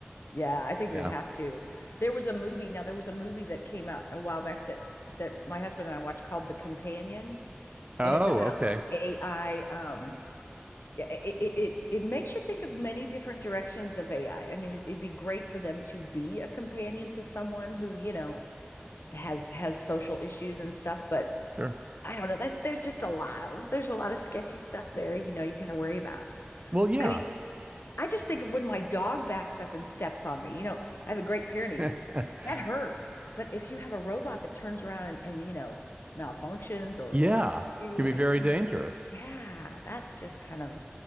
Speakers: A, on the left; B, on the right.
A: Yeah, I think
B: Yeah.
A: they'd have to. There was a movie, now there was a movie that came out a while back that that my husband and I watched called The Companion,
B: Oh,
A: and it's about
B: okay.
A: the AI um yeah, it it it, it makes you think of many different directions of AI. I I mean, it, it'd be great for them to be a companion to someone who, you know, has has social issues and stuff, but
B: Sure.
A: I don't know. That there's just a lot of there's a lot of sketchy stuff there, you know, you got to worry about.
B: Well, yeah.
A: I I just think of when my dog backs up and steps on me. You know, I have a Great Pyrenees.
B: <laughs>
A: That hurts. But if you have a robot that turns around and, and you know, malfunctions or
B: Yeah,
A: or hits you,
B: can be
A: it
B: very
A: seems,
B: dangerous.
A: yeah, that's just kind of